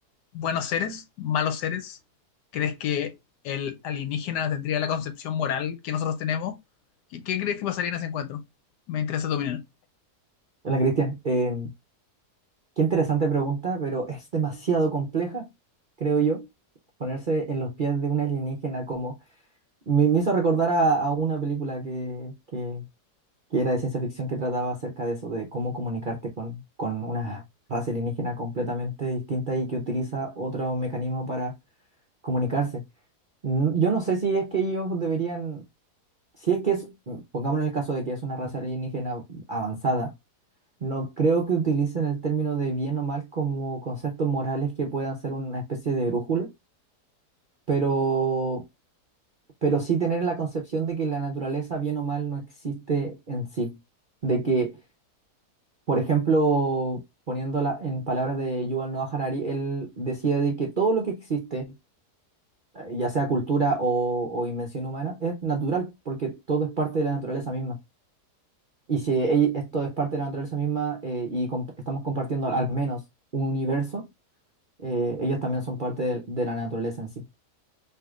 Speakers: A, on the left; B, on the right.
A: buenos seres, malos seres? ¿Crees que el alienígena tendría la concepción moral que nosotros tenemos? ¿Qué, qué crees que pasaría en ese encuentro? Me interesa tu opinión.
B: Hola Cristian, Eh, qué interesante pregunta, pero es demasiado compleja, creo yo, ponerse en los pies de un alienígena como... Me, me hizo recordar a, a una película que, que, que era de ciencia ficción que trataba acerca de eso, de cómo comunicarte con, con una raza alienígena completamente distinta y que utiliza otro mecanismo para comunicarse. N- Yo no sé si es que ellos deberían, si es que es, pongamos en el caso de que es una raza alienígena avanzada No creo que utilicen el término de bien o mal como conceptos morales que puedan ser una especie de brújula, pero, pero sí tener la concepción de que la naturaleza, bien o mal, no existe en sí. De que, por ejemplo, poniéndola en palabras de Yuval Noah Harari, él decía de que todo lo que existe, eh, ya sea cultura o, o invención humana, es natural, porque todo es parte de la naturaleza misma. Y si e- esto es parte de la naturaleza misma eh, y comp- estamos compartiendo al al menos un universo, eh, ellos también son parte de, de la naturaleza en sí.